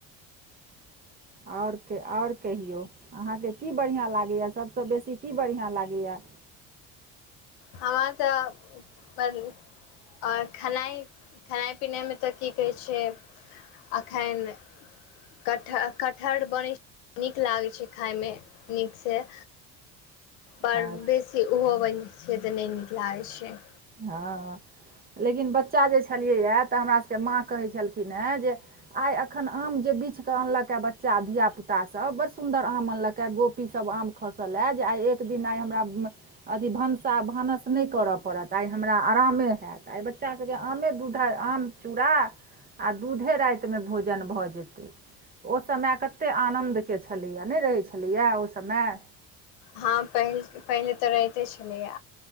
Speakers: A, on the right; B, on the left.
A: आओर आओर कहियौ अहाँके की बढ़िआँ लागैए, सभसँ बेसी की बढ़िआँ लागैए।
B: हम तऽ ब और खेनाइ खेनाइ पिनाइमे तऽ की कहै छैय एखन कट कटहर बनैत छैय नीक लागैत छैय खायमे नीकसँ। पर
A: अच्छा
B: बेसी ओहो बनै छैय तऽ नय नीक लागैत छै।
A: हँ लेकिन बच्चा जे छलियैए तऽ हमरासभके माँ कहै छलखिन हे जे आइ एखन आम जे बिछकेऽ अनलक ह बच्चा धियापुतासभ, बड़ सुन्दर आम अनलक ह गोपीसभ आम खसलए जे आइ एक दिन आइ हमरा अथी भनसा भानस नहि कर पड़त, आइ हमरा आरामे हैत। आइ बच्चाभके आमे दूध आ आम चूड़ा आ दूधे रातिमे भोजन भऽ जेतै। ओ समय कतेक आनन्दके छलैएा नहि रहै छलैए ओ समय।
B: हँ प पहिले तऽ रहिते छलैया।